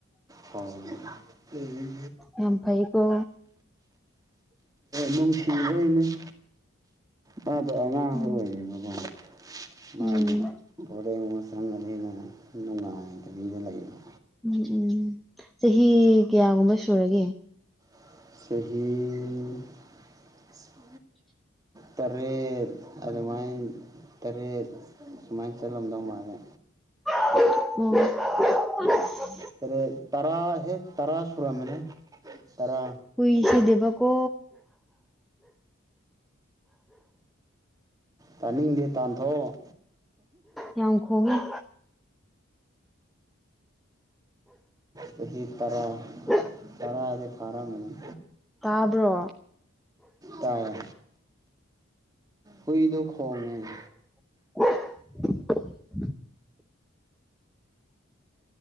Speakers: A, on the right; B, in the centre.
A: ꯍꯥ ꯇ‌ꯦ
B: ꯌꯥꯝ ꯐꯩꯀꯣ
A: ꯅꯨꯡꯁꯤꯕꯩꯅ‌ꯦ ꯃꯥꯗꯣ ꯑꯉꯥꯡꯁꯨ
B: ꯎꯝ
A: ꯑꯣꯏꯌꯦꯕꯀꯣ ꯃꯥꯗꯣ
B: ꯎꯝ
A: ꯕꯣꯔꯦꯡ ꯃꯁꯗꯅꯤꯅ ꯅꯨꯡꯉꯥꯏꯗꯕꯤꯗ ꯂꯩꯕ
B: ꯎꯝ ꯎꯝ ꯆꯍꯤ ꯀꯌꯥꯒꯨꯝꯕ ꯁꯨꯔꯒꯦ
A: ꯆꯥꯍꯤ
B: <unintelligible>
A: ꯇꯔꯦꯠ ꯑꯗꯨꯃꯥꯏꯅ ꯇꯔꯦꯠ ꯁꯨꯃꯥꯏꯅ ꯆꯠꯂꯝꯗꯝ ꯃꯥ ꯑꯗ
B: <unintelligible>
A: ꯇꯔ‌ꯣꯠ ꯇꯔꯥ ꯍꯦꯛ ꯇꯔꯥ ꯁꯨꯔꯥꯝꯃꯅꯤ ꯇꯔꯥ
B: ꯍꯨꯏꯁꯤꯗꯕꯀꯣ
A: ꯇꯥꯅꯤꯡꯗꯦ ꯇꯥꯟꯊꯣꯛꯑꯣ
B: ꯌꯥꯝ ꯈꯣꯡꯉ‌ꯦ
A: ꯆꯍꯤ ꯇꯔꯥ
B: <unintelligible>
A: ꯇꯔꯗꯤ ꯐꯔꯃꯅꯤ
B: ꯇꯥꯕ꯭ꯔꯣ
A: ꯇꯥꯏ ꯍꯨꯏꯗ ꯈꯣꯡꯉꯦ
B: <unintelligible>